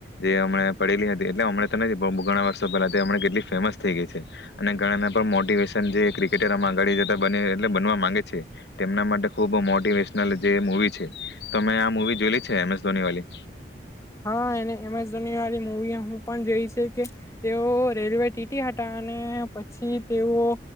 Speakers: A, on the left; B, on the left.
A: જે હમણા પડેલી હતી એટલે હમણા તો નથી પણ મુ ઘણા વર્ષો પહેલા હમણા કેટલી ફેમસ થઈ ગઈ છે અને ઘણાના પણ મોટિવેશન જે ક્રિકેટરમાં આગળ જતા બને એટલે બનવા માંગે છે તેમના માટે ખૂબ મોટિવેશનલ જે મુવી છે. તોમે આ મુવી જોઈલી છે એમ એસ ધોની વાલી?
B: હા એને એમેઝોની વાળી મવી હું પણ જોઈ છે કે તેઓ રેલવે ટીટી હતા અને પછી તેઓ